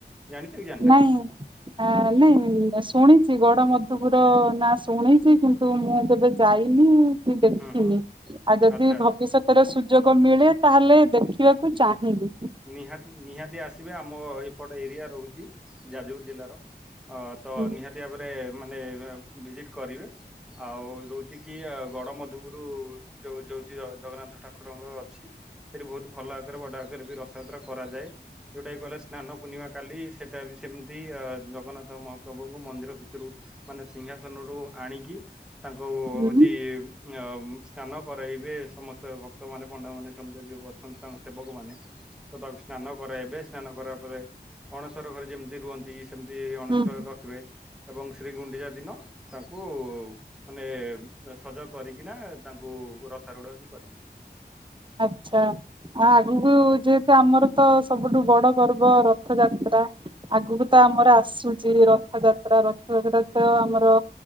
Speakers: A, in the centre; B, on the right (about 30°).
A: ଜାଣିଛ କି ଜାଣିନା?
B: ନାଇଁ। ଖା ଲି ଶୁଣିଛି ଗଡ ମଧୁପୁର ନାଁ ଶୁଣିଛି କିନ୍ତୁ ମୁଁ କେବେ ଯାଇନି କି ଦେଖିନି
A: ହୁଁ ହୁଁ
B: ଆଉ ଯଦି
A: ଆଚ୍ଛା ଆଚ୍ଛା।
B: ଭବିଷ୍ୟତ ତରେ ସୁଯୋଗ ମିଳେ ତାହେଲେ ଦେଖିବାକୁ ଚାହିଁବି।
A: ନିହାତି ନିହାତି ଆସିବେ ଆମ ଏପଟ ଏରିଆ ରହୁଛି ଯାଜପୁର ଜିଲ୍ଲା ତ ଅ ତ
B: ହୁଁ
A: ନିହାତି ଭାବରେ ମାନେ ଭିଜିଟି କରିବେ। ଆଉ ରୋଉଛି କି ଗଡ ମଧୁପରୁ ଯୋଉ ଯୋଉଛି ଜଗନ୍ନାଥ ଠାକୁରଙ୍କର ଅଛି ସେଠି ବୋହୁତୁ ଭଲ ଆକାରେ ବଡ ଆକାରେ ବି ର ରଥଯାତ୍ରା କରାଯାଏ। ଯୋଉଟାକି କହିଲ ସ୍ନାନ ପୂର୍ଣ୍ଣିମା କାଲି ସେଇଟା ବି ସେମିତି ଜଗନ୍ନାଥ ମହାପ୍ରଭୁଙ୍କୁ ମନ୍ଦିର ଭିତରୁ ମାନେ ସିଂହାସନରୁ ଆଣିକି ତାଙ୍କୁ
B: ହୁଁ
A: ହୋଉଛି ଅ ସ୍ନାନ କରାଇବେ ସମସ୍ତେ ଭକ୍ତ ଭକ୍ତ ମାନେ ପଣ୍ଡା ମନେ ସମସ୍ତେ ଯୋଉ ଅଛନ୍ତି ତାଙ୍କ ସେବକମାନେ ତ ତାକୁ ସ୍ନାନ କରାଇବେ ସ୍ନାନ କରା ପରେ ଅଣସର ଘରେ ଯେମିତି ରୁହନ୍ତି। ସେମିତି ଅଣସର
B: ହୁଁ।
A: ଘରେ ରଖିବେ ଏବଂ ଶ୍ରୀଗୁଣ୍ଡିଚା ଦିନ ତାଙ୍କୁ ମାନେ ସଜ କରିକିନା ତାଙ୍କୁ ରଥ ରୁଡ ହିଁ କରିବେ।
B: ଆଚ୍ଛା। ଆ ଆଗକୁ ଯେହେତୁ ଆମର ତ ସବୁଠୁ ବଡ଼ ପର୍ବ ରଥଯାତ୍ରା ଆଗକୁ ତ ଆମର ଆସୁଚି ରଥଯାତ୍ରା ରଥଯାତ୍ରା ତ ଆମର